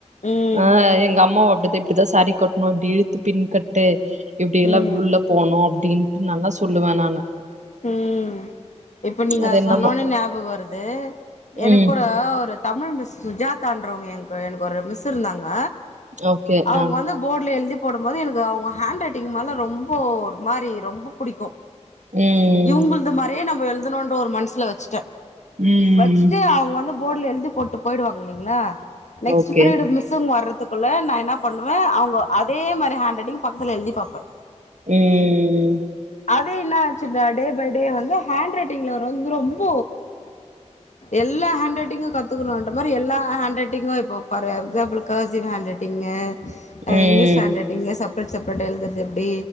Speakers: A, on the left (about 75°); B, on the right (about 80°).
A: ம்
B: ஆ எங்க அம்மா <unintelligible> இப்டிதா சாரீ கட்ணு இப்டி இழுத்து பின் கட்டு இப்டியெல்லா
A: ம்
B: உள்ள போனோ அப்டின்டு நல்ல சொல்லுவே நானு
A: உம் இப்ப நீங்க
B: அது என்னமோ
A: சொன்னோனே ஞாபக வருது எனக்
B: ம்
A: ஒரு தமிழ் மிஸ் சுஜாத் தான்றவங்க என எனக்கு ஒரு மிஸ் இருந்தாங்க
B: ஓகே
A: அவுங்க
B: ஆ
A: வந்து போட்ல எழுதி போடும்போது எனக்கு அவுங்க ஹேண்ட்ரைட்டிங் மேலே ரொம்ப ஒரு மாரி ரொம்ப புடிக்கு
B: ம்
A: இவுங்கள்து மாரியே நம்ம ப்ப எழுதனூன்ற ஒரு மனசுல வச்சுட்டே
B: ம்
A: வச்சுட்டு அவுங்க வந்து போட்ல எழுதி போட்டு போயிடுவாங்க இல்லைங்ளா நெக்ஸ்ட்டு
B: ஓகே
A: பீரியட் மிஸ்ஸுங்க வர்றது த்துக்குள்ள நா என்னா பண்ணுவே அவுங்க அதே மாரி ஹாண்ட்ரைட்டிங் பக்கத்ல எழுதி பாப்பே
B: உம் உம்
A: அது என்னா ஆச் டே பை டே வந்து ஹேண்ட் ரைட்டிங்கில வந்து ரொம்ப எல்லா ஹேண்ட்ரைட்டிங்கு கத்துக்கனுன்ற மாரி எல்லா ஹேண்ட் ரைட்டிங்கு இப்போ பாரு எக்ஸாம்பிள் கர்சிவ் ஹேண்ட் ரைட்டிங்கு ஆ
B: ம்
A: இங்லீஷ் ஹாண்ரைடிங்கு ச செப்ரேட் செப்ரேட்டா எழுதருது எப்டி